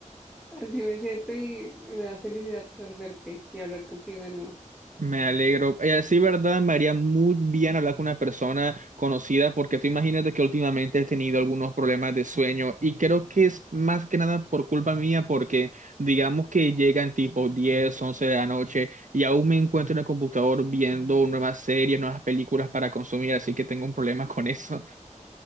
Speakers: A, in the centre; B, on the right.
A: Así me siento y me da felicidad poder verte y hablar contigo de nuevo.
B: Me alegro. Eh, sí, verdad, me haría muy bien hablar con una persona conocida porque tú imagínate que últimamente he tenido algunos problemas de sueño y creo que es más que nada por culpa mía porque digamos que llegan tipo 10, 11 de la noche y aún me encuentro en el computador viendo nuevas series, nuevas películas para consumir, así que tengo un problema con eso.